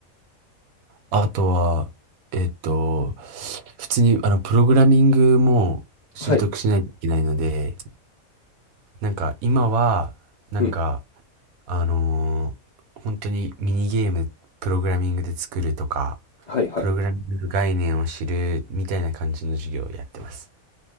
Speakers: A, on the right; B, on the left.
A: あとは、えっと、普通にあのプログラミングも習得しないといけないので、
B: はい、
A: なんか今は、なんか、
B: うん、
A: あのー本当にミニゲーム、プログラミングで作るとか、
B: はいはい。
A: プログラミングの概念を知るみたいな感じの授業をやってます。